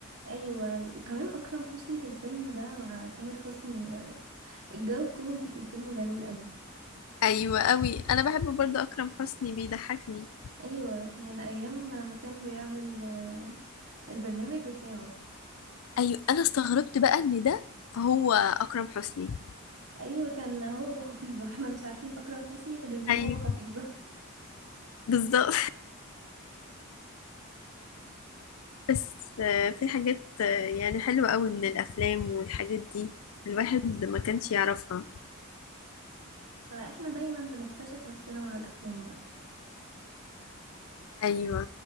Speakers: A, on the right; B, on the left.
A: ايوه وكمان اكرم حسني في الفيلم ده مع تامر حسني آه، الجو الكوميدي في الفيلم جميل قوي
B: أيوة أوي أنا بحب برضه أكرم حسني بيضحكني
A: ايوه من ايام ما كان بيعمل آه، البرنامج بتاعه
B: ايوه انا استغربت بقى ان ده هو اكرم حسني
A: ايوه كان هو ابو حفيظه <laughs> احنا مش عارفين اكرم حسني غير ان هو
B: ايوه
A: ابو حفيظه
B: بالظبط <laughs> بس آه، في حاجات آه، يعني حلوة قوي من الافلام والحاجات دي الواحد ما كانش يعرفها
A: فاحنا دايما بنكتشف نفسنا مع الافلام
B: ايوه